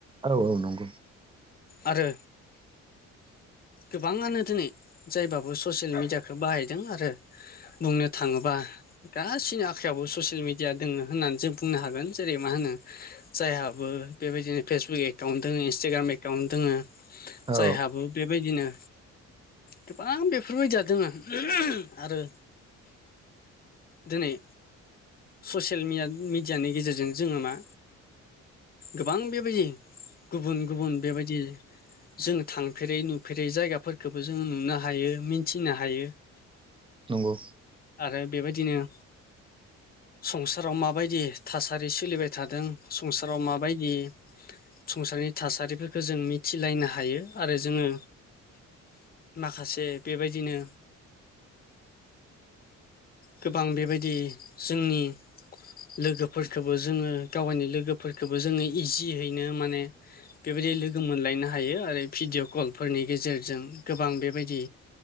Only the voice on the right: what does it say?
औ औ नंगौ
औ
नंगौ